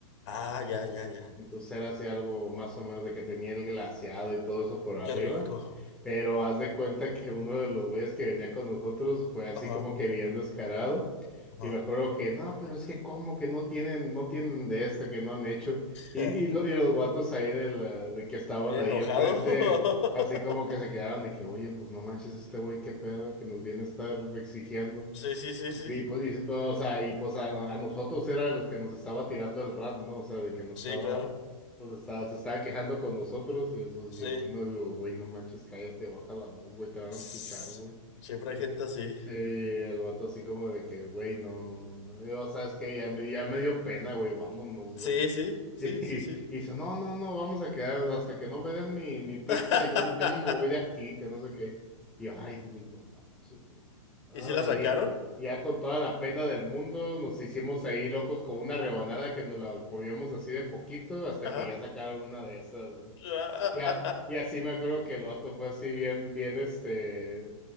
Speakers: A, on the left; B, in the centre.
A: Ah, ya, ya, ya.
B: Entonces era así algo más o menos de que tenía el glaseado y todo eso por arriba.
A: Qué rico.
B: Pero haz de cuenta que uno de los güeyes que venía con nosotros fue así
A: Ajá,
B: como que bien descarado.
A: ajá.
B: Y me
A: <laughs>
B: acuerdo que, no, pero es que como que no tienen, no tienen de esta, que no han hecho. Y,
A: Ja,
B: y, lo- y los vatos ahí de, la, de que estaban
A: Bien
B: ahí
A: enojado.
B: enfrente, así
A: <laughs>
B: como que se quedaron de que, oye, pues no manches este güey, qué pedo que nos viene a estar exigiendo.
A: Sí, sí, sí, sí.
B: Y pues, y, o sea, y pues a, a nosotros era los que nos estaba tirando el rat, ¿no? O sea, de que nos
A: Sí,
B: estaba,
A: claro.
B: nos estaba, se estaba quejando con nosotros y eso sí,
A: Sí.
B: güey, no, digo, güey, no manches, cállate, baja la voz, güey, te van
A: Tss.
B: a escuchar, güey.
A: Siempre hay
B: Y,
A: gente así.
B: eh, el vato así como de que, güey, no, no, no, no. Yo, ¿sabes qué? Ya me, ya me dio pena, güey, vámonos, güey.
A: Sí, sí, sí,
B: Y,
A: sí,
B: y
A: sí.
B: dice, no, no, no, vamos a quedarnos hasta que no me den mi, mi pizza
A: <laughs>
B: y yo no, yo no me voy de aquí, que no sé qué. Y yo, ay, güey, no manches, güey. Ay,
A: ¿Y si la sacaron?
B: y ya con toda la pena del mundo nos hicimos ahí locos con una rebanada que nos la comíamos así de poquito hasta
A: Ajá.
B: que ya
A: <laughs>
B: sacaron una de esas, güey.
A: Ah, ah,
B: Y, a-
A: ah, ah.
B: y así me acuerdo que el vato fue así bien, bien, este,